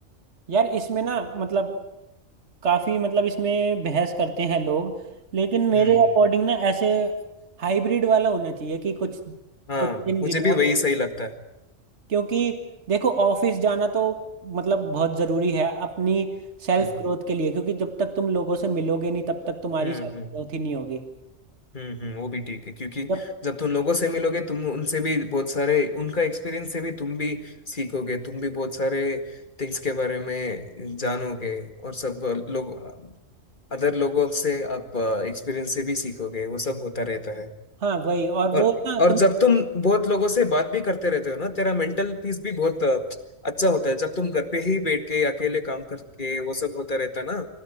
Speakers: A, on the right (about 60°); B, on the left (about 40°).
A: यार इसमें ना मतलब काफी मतलब इसमें बहस करते हैं लोग लेकिन मेरे
B: हम्म
A: अकॉर्डिंग ना ऐसे हाइब्रिड वाला होना चाहिए कि कुछ
B: हाँ
A: कुछ दिन
B: मुझे
A: रिमोट
B: भी वही सही लगता है
A: क्योंकि देखो ऑफिस जाना तो मतलब बहुत जरूरी है अपनी सेल्फ
B: हम्म
A: ग्रोथ के लिए क्योंकि जब तक तुम लोगों से मिलोगे नहीं तब तक तुम्हारी
B: हम्म
A: सेल्फ
B: हम्म
A: ग्रोथ ही नहीं होगी
B: हम्म हम्म वो भी ठीक है क्योंकि
A: जब
B: जब तुम लोगों से मिलोगे तुम उनसे भी बहुत सारे उनका एक्सपीरियंस से भी तुम भी सीखोगे तुम भी बहुत सारे थिंग्स के बारे में जानोगे और सब लोग अदर लोगों से आप एक्सपीरियंस से भी सीखोगे वो सब होता रहता है
A: हाँ वही और वो
B: और
A: ना
B: और
A: तुम
B: जब तुम बहुत लोगों से बात भी करते रहते हो ना तेरा मेंटल पीस भी बहुत अ, अच्छा होता है जब तुम घर पे ही बैठ के अकेले काम करके वो सब होता रहता ना